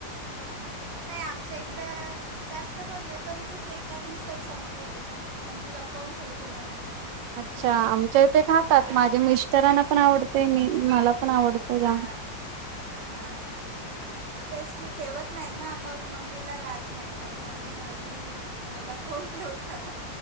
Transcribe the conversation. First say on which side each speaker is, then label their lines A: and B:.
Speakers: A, on the right (about 70°); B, on the right (about 80°).
A: हां हां नाही आमच्या इकडं जास्त कोण नाही पण मीच एका दिवसात संपवतो पण मग मी लपवून ठेवते मग.
B: अच्छा! आमच्या इथे खातात
A: हां
B: माझ्या मिस्टरांना पण आवड ते मी मला पण आवडतो जाम.
A: हां हां हां हां तेच मी ठेवत नाही ना मग मम्मीला राहत नाही मग मम्मी माझी लपवून ठेवतां